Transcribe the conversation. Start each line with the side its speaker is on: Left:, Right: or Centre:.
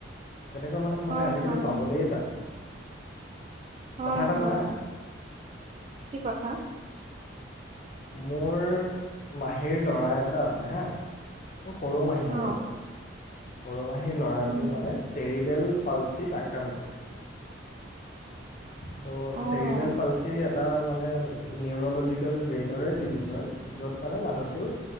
Left: তেনেকুৱা মানুহ
Right: হয়,
Left: মানে আজিকালি
Right: হয়,
Left: পাবলেই টান।
Right: হয়,
Left: কথা এটা
Right: হয়।
Left: জানা?
Right: কি কথা
Left: মোৰ মাহীৰ ল'ৰা এটা আছে হা মোৰ সৰু মাহী
Right: অ',
Left: আৰু। সৰুমাহীৰ ল'ৰাটো
Right: উম।
Left: মানে চেৰিবেল পালচিত আক্ৰান্ত। ত'
Right: উম,
Left: চেৰিবেল পালচি তাৰ মানে নিউৰলজিকেল ব্ৰেইনৰে ডিজিজ হয়, য'ত মানে মানুহটোৰ